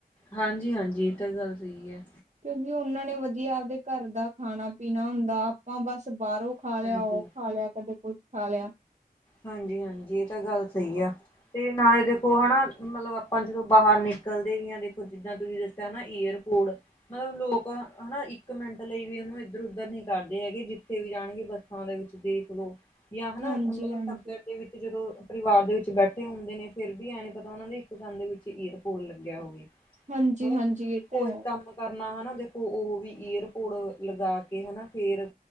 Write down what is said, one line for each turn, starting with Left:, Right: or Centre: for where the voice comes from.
Left: ਹਾਂਜੀ, ਹਾਂਜੀ ਏ ਤਾਂ ਗੱਲ ਸਹੀ ਏ।
Right: ਕਿਉਂਕਿ ਉਹਨਾਂ ਨੇ ਵਧੀਆ ਆਪਦੇ ਘਰ ਦਾ ਖਾਣਾ ਪੀਣਾ ਹੁੰਦਾ, ਆਪਾਂ ਬਸ ਬਾਹਰੋਂ ਖਾ
Left: ਹਾਂਜੀ
Right: ਲਿਆ, ਉਹ ਖਾ ਲਿਆ, ਕਦੇ ਕੁੱਛ ਖਾ ਲਿਆ।
Left: ਹਾਂਜੀ, ਹਾਂਜੀ ਇਹ ਤਾਂ ਗੱਲ ਸਹੀ ਆ। ਤੇ ਨਾਲੇ ਦੇਖੋ ਹਨਾ, ਮਤਲਬ ਆਪਾਂ ਜਦੋਂ ਬਾਹਰ ਨਿਕਲਦੇ ਵੀ ਹਾਂ 'ਦੇਖੋ ਜਿੱਦਾਂ ਤੁਸੀਂ ਦੱਸ ਨਾ ਏਅਰਪੋਡ‍ ਮਤਲਬ ਲੋਕ ਹਨਾ ਇੱਕ ਮਿੰਟ ਲਈ ਵੀ ਉਹਨੂੰ ਇੱਧਰ -ਉੱਧਰ ਨਹੀਂ ਕਰਦੇ ਹੈਗੇ, ਜਿੱਥੇ ਵੀ ਜਾਣਗੇ ਬੱ ਸਾਂ ਦੇ ਵਿੱਚ ਦੇਖ ਲਓ ਜਾਂ ਹਨਾ
Right: ਹਾਂਜੀ
Left: ਮਤਲਬ
Right: ਹਾਂਜੀ
Left: ਟੱਬਰ ਦੇ ਵਿੱਚ ਜਦੋਂ ਪਰਿਵਾਰ ਦੇ ਵਿੱਚ ਬੈਠੇ ਹੁੰਦੇ ਨੇ, ਫਿਰ ਵੀ ਐ ਨੀ ਪਤਾ ਉਹਨਾਂ ਦੇ ਇੱਕ ਕੰਨ ਦੇ ਵਿੱਚ ਏਅਰ, ਪੋਡ ਲੱਗਿਆ ਹੋਵੇ,
Right: ਹਾਂਜੀ
Left: ਹੋਰ
Right: ਹਾਂਜੀ ਇਹ ਤਾਂ
Left: ਕੋਈ
Right: ਹੈ
Left: ਕੰਮ ਕਰਨਾ ਹਨਾ 'ਦੇਖੋ ਉਹ ਵੀ ਏਅਰਪੋਡ ਲਗਾ ਕੇ ਹਨਾ ਫੇਰ